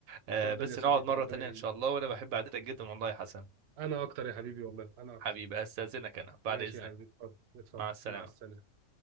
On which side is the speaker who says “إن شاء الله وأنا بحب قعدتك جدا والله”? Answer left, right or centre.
Right